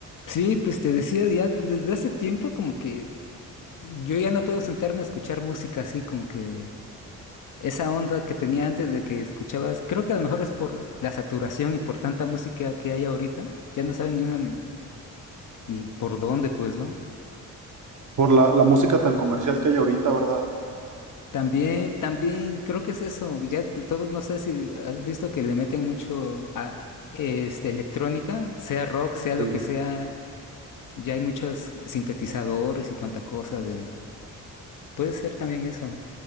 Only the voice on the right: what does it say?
Por la, la música tan comercial que hay ahorita, ¿verdad?
Sí.